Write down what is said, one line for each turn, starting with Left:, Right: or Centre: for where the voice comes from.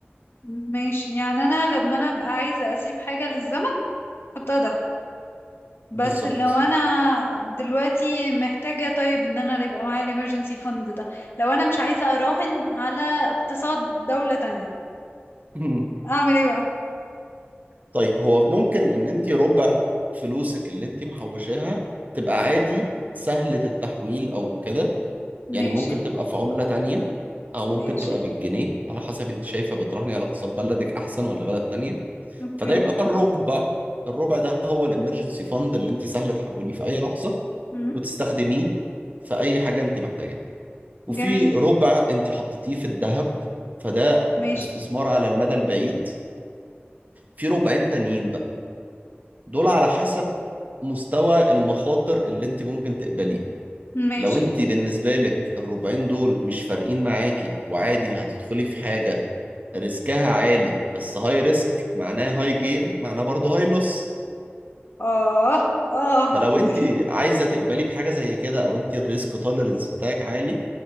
Left: ماشي يعني انا لما انا ابقى عايزه اسيب حاجه للزمن احطها دهب بس
Right: بالظبط
Left: لو انا دلوقتي محتاجه طيب ان انا يبقى معايا الامرجنسي فند ده لو انا مش عايزه اراهن على اقتصاد دوله تانية
Right: <laughs>
Left: اعمل ايه بقى
Right: طيب هو ممكن ان انت ربع فلوسك اللي انت محوشاها تبقى عادي سهلة التحويل او كده يعني
Left: ماشي
Right: ممكن تبقى في عملة تانية او ممكن
Left: ماشي
Right: تبقى بالجنيه على حسب انت شايفة بتراهني على اقتصاد بلدك احسن ولا بلد تانية
Left: اوكي
Right: فده يبقى الربع الربع ده هو الامرجنسي فاند اللي انت سهل تحوليه في اي لحظة
Left: مم.
Right: وتستخدميه في اي حاجة انت محتاجاها وفي
Left: جميل
Right: ربع انت حطيتيه في الذهب فده
Left: ماشي
Right: استثمار على المدى البعيد في ربعين تانيين بقى، دول على حسب مستوى المخاطر اللي انت ممكن تقبليه
Left: ماشي
Right: لو انت بالنسبة لك الربعين دول مش فارقين معاكي وعادي هتدخلي في حاجة ريسكها عالي بس هاي ريسك معناه هاي جين معناه برضه هاي لوس
Left: اه اه
Right: فلو
Left: <laughs>
Right: انت
Left: دي
Right: عايزة تقبلي بحاجة زي كده او انت الريسك توليرنس بتاعك عالي